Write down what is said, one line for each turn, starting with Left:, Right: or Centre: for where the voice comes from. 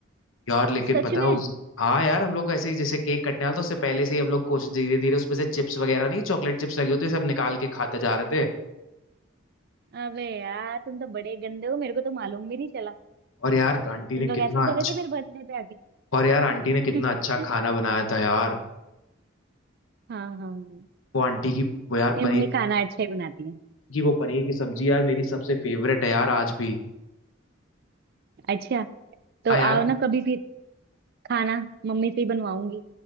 Left: यार लेकिन
Right: सच
Left: पता है
Right: में
Left: उस हाँ यार हम लोग ऐसे ही जैसे केक कटने वाला था उससे पहले से ही हम लोग कोशिश धीरे धीरे उसमें से चिप्स वगैरह नहीं चॉकलेट चिप्स लगी होती है, सब निकाल के खाते जा रहे थे
Right: अबे यार तुम तो बड़े गंदे हो मेरे को तो मालूम भी नहीं चला
Left: और यार आंटी
Right: तुम
Left: ने
Right: लोग
Left: कितना
Right: ऐसे कर
Left: अच्छा
Right: रहे थे मेरे बर्थडे पे
Left: और यार आंटी ने कितना
Right: आके
Left: अच्छा
Right: <laughs>
Left: खाना बनाया था यार
Right: हाँ हाँ मेरी
Left: वो आंटी की वो यार
Right: मम्मी
Left: पनीर
Right: खाना अच्छा ही बनाती है
Left: की वो पनीर की सब्जी यार मेरी सबसे फेवरेट है यार आज भी
Right: अच्छा तो
Left: हाँ यार
Right: आओ ना कभी फिर खाना मम्मी से ही बनवाऊंगी